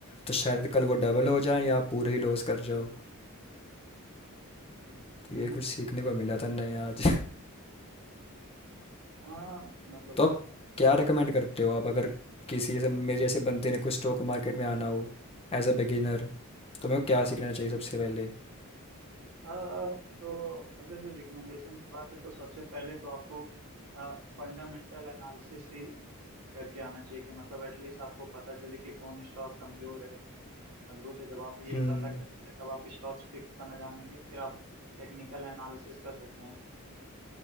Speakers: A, on the left; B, on the right.
A: तो शायद कल वो डबल हो जाएँ या आप पूरे ही लॉस कर जाओ।
B: हम्म
A: तो
B: हम्म,
A: ये कुछ सीखने को मिला था नया आज।
B: आ, मतलब
A: तो आप क्या रेकमेंड करते हो आप अगर किसी ऐसे मेरे जैसे बंदे ने कुछ स्टॉक मार्केट में आना हो एज अ बिगिनर तो मेरे को क्या
B: हाँ
A: सीखना चाहिए सबसे पहले
B: आ, तो अगर जो रिकमेंडेशन की बात है तो सबसे पहले तो आपको फंडामेंटल एनालिसिस ही करके आना चाहिए कि मतलब एटलीस्ट आपको पता चले कि कौन स्टॉक कमजोर है मजबूत है जब आप ये
A: हम्म
B: पता करेंगे तब आप स्टॉक्स पिक्स करना जानेंगे फिर आप टेक्निकल एनालिसिस कर सकते हैं